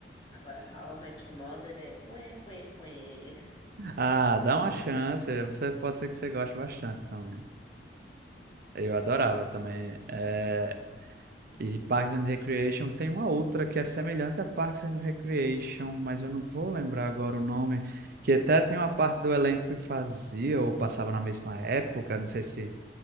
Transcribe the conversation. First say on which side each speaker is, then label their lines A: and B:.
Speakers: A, on the left; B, on the right.
A: Agora, How I Met Your Mother é fuê, fuê, fuê.
B: Ah, dá uma chance. Você pode ser que você goste bastante também. Eu adorava também. É, e Parks and Recreation tem uma outra que é semelhante a Parks and Recreation, mas eu não vou lembrar agora o nome, que até tem uma parte do elenco que fazia ou passava na mesma época, não sei se,